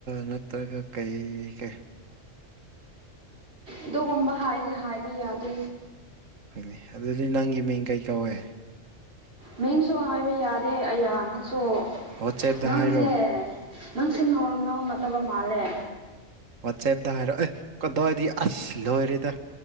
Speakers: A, on the right; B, on the right.
A: ꯅꯠꯇ꯭ꯔꯒ ꯀꯩ ꯀꯩ
B: ꯑꯗꯨꯒꯨꯝꯕ ꯍꯥꯏꯁꯦ ꯍꯥꯏꯕ ꯌꯥꯗꯦ
A: ꯑꯩꯣꯏꯅꯦ ꯑꯗꯨꯗꯤ ꯅꯪꯒꯤ ꯃꯤꯡ ꯀꯩ ꯀꯧꯋꯦ
B: ꯃꯤꯡꯁꯨ ꯍꯥꯏꯕ ꯌꯥꯗꯦ ꯑꯌꯥ ꯅꯪꯁꯨ
A: ꯋꯥꯆꯦꯞꯇ
B: ꯅꯪꯁꯦ
A: ꯍꯥꯏꯔꯣ
B: ꯅꯪ ꯁꯤ ꯅꫭꫪꯃꯦꯜ ꯅꯠꯇꯕ ꯃꯥꯜꯂꯦ
A: ꯋꯥꯆꯦꯞꯇ ꯍꯥꯏꯔꯣ ꯑꯦ ꯀꯗꯋꯥꯗꯤ ꯑꯁ ꯂꯣꯏꯔꯦꯗ